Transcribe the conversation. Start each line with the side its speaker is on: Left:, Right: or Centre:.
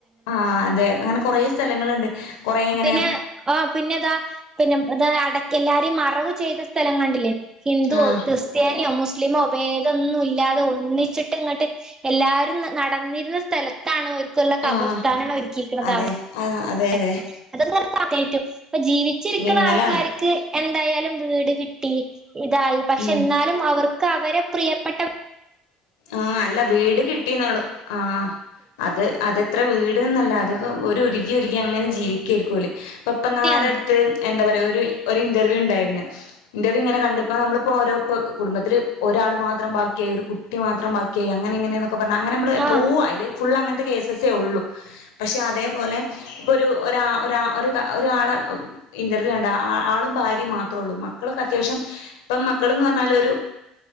Left: ആഹ അതെ അങ്ങനെ കൊറെ സ്ഥലങ്ങളുണ്ട് കൊറേ ഇങ്ങനെ
Right: പിന്നെ ആ പിന്നെതാ പിന്നെതാ എല്ലാരും മറവ് ചെയ്ത സ്ഥലം കണ്ടില്ലേ ഹിന്ദു
Left: ആഹ്
Right: ക്രിസ്ത്യനിയോ മുസ് മുസ്ലിമോഭേദൊന്നും ഇല്ലാതെ ഒന്നിച്ചിട്ട് ഇങ്ങോട്ട് എല്ലാരും നടന്നിരുന്ന സ്ഥലത്താണ് ക്കുള്ള കബർസ്ഥാനാണ്
Left: ആഹ്
Right: ഒരുക്കിയിരിക്കുന്നത്
Left: അതെ
Right: അവിടെ
Left: ആഹ്
Right: <unintelligible>
Left: അതെ അതെ
Right: അപ്പ ജീവിച്ചിരിക്കുന്ന
Left: വിങ്ങലാണ്
Right: ആൾക്കാർക്ക് എന്തായാലും വീട് കിട്ടി ഇതായി പക്ഷെ
Left: ഉം
Right: എന്നാലും അവർ ക്ക്അവരെ പ്രിയപ്പെട്ട
Left: ആഹ അല്ല വീട് കിട്ടീന്നോളു ആഹ അത് അത് അത്രം വീടന്നല്ല അതിപ്പോ ഒരുരുകി ഉരുകി അങ്ങനെ ജീവിക്കായിരിക്കുംല്ലേ പ്പം ഇപ്പം
Right: സത്യാണ്
Left: നാടെടുത്ത് എന്താ പറയയാ ഒരു ഇന്റർവ്യൂ ഉണ്ടായിരുന്നു ഇന്റർവ്യൂ ഇങ്ങനെ കണ്ടപ്പോ നമ്മളിപ്പോ ഓരോ കുടുംബത്തില് ഒരാൾ മാത്രം ബാക്കിയായി ഒരു മാത്രം ബാക്കിയായി അങ്ങന എങ്ങനെയ ഒക്കെ പറഞ്ഞാ അങ്ങനെ നമ്മൾ എത്രോ
Right: ആഹ്
Left: അയില് ഫുൾ അങ്ങനത്തെ കേസ്സ്സേ ഉള്ളൂ പക്ഷെ അതേപോലെ ഇപ്പൊരു ഒ ഒ ഒരാളെ ഇന്റർവ്യൂ കണ്ട ആളും ഭാര്യയും മാത്ര ഉള്ളൂ മക്കൾക്ക അത്യാവശ്യം ഇപ്പ മക്കൾന്ന് പറഞ്ഞാല് ഒരു